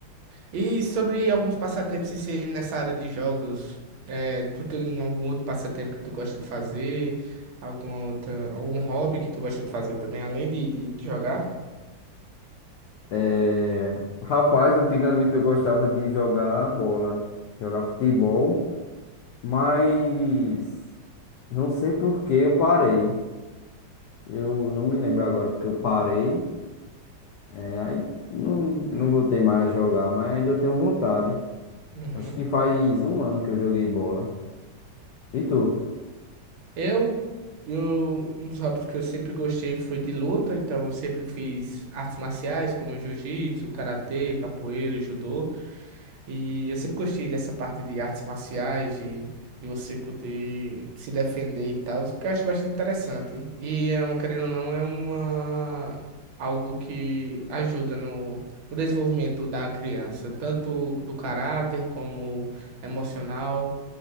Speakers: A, on the right (about 75°); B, on the left (about 75°).
A: E sobre alguns passatempos assim, nessa área de jogos, é, tu tem algum outro passatempo que tu gosta de fazer? Algum outro, algum hobby que tu gosta de fazer também, além de, de, de jogar?
B: É... Rapaz, antigamente eu gostava de jogar bola, jogar futebol, mas não sei por que eu parei. Eu não me lembro agora porque eu parei. É, aí não, não voltei mais a jogar, mas ainda eu tenho vontade.
A: Uhum.
B: Acho que faz um ano que eu joguei bola. E tu?
A: Eu, eu, um dos hobbies que eu sempre gostei foi de luta, então eu sempre fiz artes marciais como jiu-jitsu, karatê, capoeira, judô. E eu sempre gostei dessa parte de artes marciais, de, de você poder se defender e tal, porque eu acho bastante interessante. E, é um- querendo ou não, é uma, algo que ajuda no, no desenvolvimento da criança, tanto do caráter como emocional.